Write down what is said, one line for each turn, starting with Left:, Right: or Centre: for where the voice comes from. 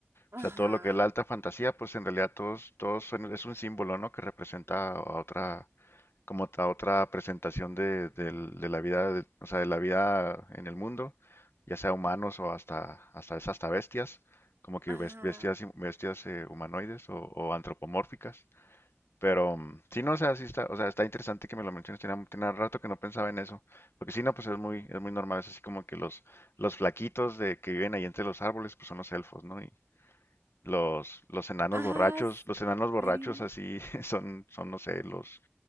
Right: Ajá.
Left: o sea, todo lo que es la alta fantasía, pues en realidad todos, todos son- es un símbolo, ¿no? Que representa a otra, como a otra presentación de, del- de la vida, de- o sea, de la vida en el mundo, ya sea humanos o hasta, hasta es hasta bestias, como que
Right: Ajá,
Left: bes- bestias, bestias eh, humanoides o o antropomórficas. Pero mm, sí, no, o sea, sí está, o sea, está interesante que me lo menciones, tenía, tenía rato que no pensaba en eso, porque sí, no, pues es muy, es muy normal, es así como que los, los flaquitos de que viven ahí entre los árboles, pues son los elfos, ¿no? Y los, los enanos
Right: ajá,
Left: borrachos, los enanos borrachos
Right: sí,
Left: así <laughs> son, son, no sé, los,